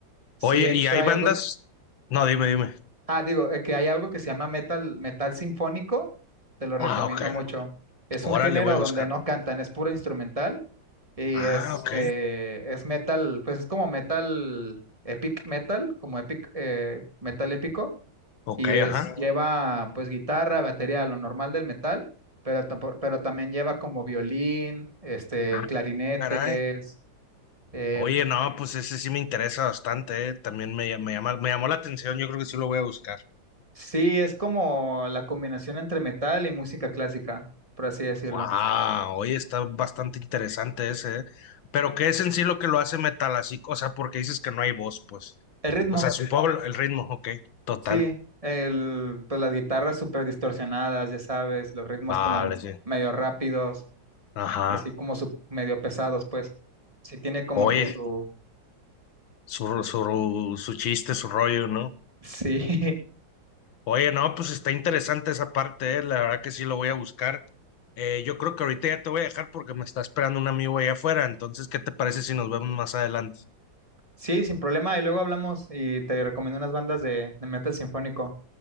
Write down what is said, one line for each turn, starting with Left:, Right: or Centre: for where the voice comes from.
Right: sí,
Left: Oye,
Right: de hecho
Left: ¿y hay
Right: hay
Left: bandas?
Right: algo
Left: No, dime, dime.
Right: Ah, digo, eh, que hay algo que se llama metal, metal sinfónico, te lo recomiendo
Left: Ah, ok.
Right: mucho. Es
Left: Ahora
Right: un género
Left: le voy a
Right: donde
Left: buscar.
Right: no cantan, es puro instrumental y
Left: Ah,
Right: este
Left: ok.
Right: es metal, pues es como metal, epic metal, como epic, eh, metal épico
Left: Ok,
Right: y es
Left: ajá.
Right: lleva pues guitarra, batería, lo normal del metal, pero tampo- pero también lleva como violín, este,
Left: Ah,
Right: clarinetes,
Left: Caray.
Right: eh,
Left: Oye, no, pues ese sí me interesa bastante, eh. También me, llama- me llama, me llamó la atención, yo creo que sí lo voy a buscar.
Right: sí, es como la combinación entre metal y música clásica, por así decirlo.
Left: Wow, oye, está bastante interesante ese, eh. Pero ¿qué es en sí lo que lo hace metal así? O sea, porque dices que no hay voz, pues.
Right: El ritmo.
Left: O sea, supongo el ritmo, ok, total.
Right: Sí, el, pues las guitarras súper distorsionadas, ya sabes, los ritmos
Left: Vale,
Right: como
Left: sí.
Right: medio rápidos
Left: Ajá.
Right: y así como su- medio pesados, pues sí tiene como
Left: Oye,
Right: que su...
Left: su, su, su chiste, su rollo, ¿no?
Right: Sí, <laughs>
Left: Oye, no, pues está interesante esa parte, eh, La verdad que sí lo voy a buscar. Eh, yo creo que ahorita ya te voy a dejar porque me está esperando un amigo allá afuera. Entonces, ¿qué te parece si nos vemos más adelante?
Right: sí, sin problema. Y luego hablamos y te recomiendo unas bandas de, de metal sinfónico.